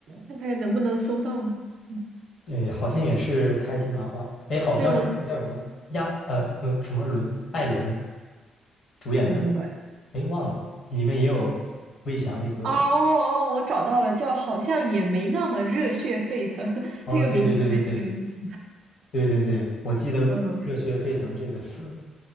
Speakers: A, on the right; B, on the left.
A: 看看能不能搜到呢嗯
B: 对，好像也是开心麻花，哎，好像是那个叫什么亚呃呃什么伦艾伦
A: 对，我，
B: 主演的，
A: 嗯，
B: 哎，忘了，里面也有魏翔这个。
A: 哦哦，哦我找到了，叫好像也没那么热血沸腾，<laughs>
B: 哦，
A: 这个名字还挺有意思。
B: 对对对对对对对对，我记得热血沸腾这个词。
A: 嗯